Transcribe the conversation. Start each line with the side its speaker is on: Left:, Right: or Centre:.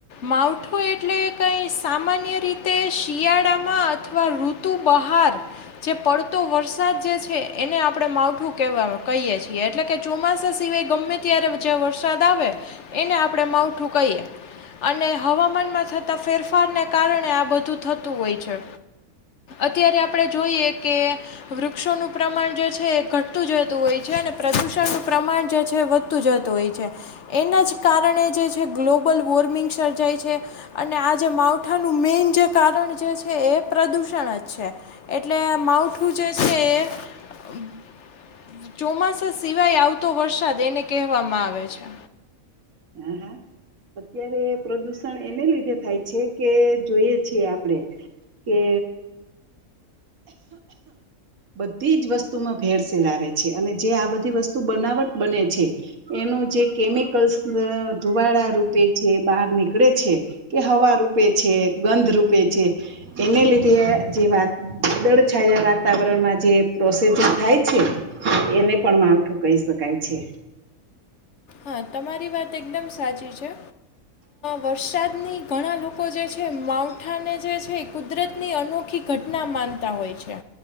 Left: માવઠું આખું એટલે કંઈ સામાન્ય રીતે શિયાળામાં અથવા ઋતુ બહાર જે પડતો, વરસાદ જે છે એને આપણે માવઠું કહે કહીએ છીએ એટલે કે ચોમાસા સિવાય ગમે ત્યારે જ્યાં વરસાદ આવે. એને આપણે માવઠું કહીએ અને હવામાનમાં થતા ફેરફારને કારણે આ બધું થતું હોય છે અત્યારે આપડણે જોઈએ કે વૃક્ષોનુપ્રમાણ જે છે, એ ઘટતું જતું હોય છે. અને પ્રદુષણનું પ્રમાણ જે છે વધતું જતું હોય છે. એના જ કારણે જે છે ગ્લોબલ વોર્મિંગ સર્જાય છે અને આ જે માવઠાનું મેન જે કારણ જે છે, એ પ્રદૂષણ જ છે, એટલે માવઠું જે છે, એ ચોમાસા સિવાય આવતો વરસાદ એને કહેવામાં આવે છે.
Right: હા હા અત્યારે પ્રદુષણ એને લીધે થાય છે કે જોઈએ છે આપણેે કે બધી જ વસ્તુમાં ભેળસેેળ આવે છે, અને જે આ બધી વસ્તુ બનાવટ બને છે, એનું જે કેમિકલ્સ ધુવાળા રૂપે છે બહાર નીકળે છે કે હવા રૂપે છે ગંધ રૂપે છે, એને લીધે જે વાદળછાયા વાતાવરણમાં જે પ્રોસેજર થાય છે, એને પણ માવઠું કહી શકાય છે.
Left: હા તમારી વાત એકદમ સાચી છે. વરસાદની ઘણા લોકો જે છે માઉન્ટ માવઠાને જે છે એ કુદરતની અનોખી ઘટના માનતા હોય છે,